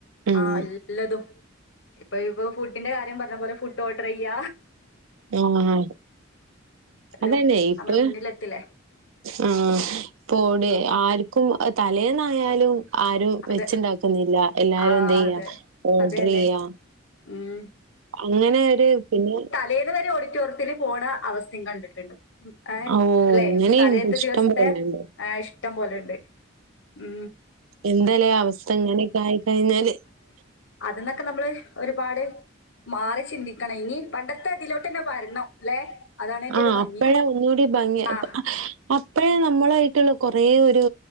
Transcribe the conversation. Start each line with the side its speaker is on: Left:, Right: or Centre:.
Right: ഉം
Left: ആ എല്ലാതും ഇപ്പ ഇപ്പ ഫുഡ്‌ ന്റെ കാര്യം പറഞ്ഞ പോലെ ഫുഡ് ഓർഡർ ചെയ്യ
Right: ആ അത്
Left: എല്ലോം
Right: അതന്നെ ഇപ്പ
Left: നമ്മളെ മുന്നിലെത്തില്ലേ.
Right: ആ ഇപ്പവിടെ
Left: ഉം
Right: ആരും ക്കും തലേന്നായാലും ആരും
Left: അതെ
Right: വെച്ചുണ്ടാക്കുന്നില്ല എല്ലാരും
Left: ആഹ്
Right: എന്തെയ്യാ
Left: അതെ.
Right: ഓർഡർ
Left: അതന്നെ.
Right: ചെയ്യാ
Left: ഉം
Right: അങ്ങനെ ഒരു പിന്നെ
Left: വെന്ന് വേരെ ഓഡിറ്റൊറിയാ ത്തിൽ പോണ അവസ്ഥ യും കണ്ടിട്ടുണ്ട് ഏ
Right: ഓ
Left: അല്ലെ
Right: അങ്ങനെയുണ്ട്
Left: തലേത്തെ
Right: ഇഷ്ടം
Left: ദിവസത്തെ
Right: പോലെണ്ട്
Left: ആ ഇഷ്ടം പോലെ ഉണ്ട് ഉ
Right: എന്തല്ലേ അവസ്ഥ ഇങ്ങനെയൊക്കെ ആയി കഴിഞ്ഞാല്
Left: അന്നക്കെ നമ്മള് ഒരുപാട് മാറി ചിന്തിക്കണം ഇനി പണ്ടത്തെ ഇതിലോട്ട്ന്നെ വരണം ല്ലെ അതാണ് അയിന്റെ
Right: ആ
Left: ഒരു ഭംഗി
Right: അപ്പഴെ ഒന്നുകൂടി ഭംഗി
Left: ആഹ്
Right: അപ്പഴേ നമ്മളായിട്ടുള്ള കൊറേ <unintelligible>